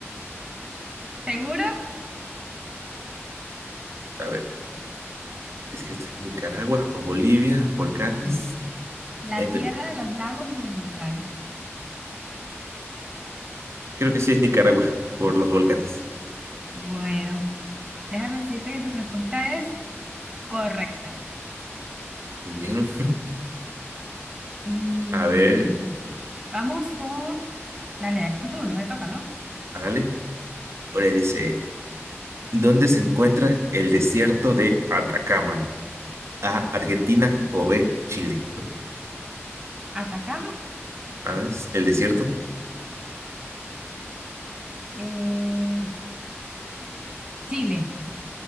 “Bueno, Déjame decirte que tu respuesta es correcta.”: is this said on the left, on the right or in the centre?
Right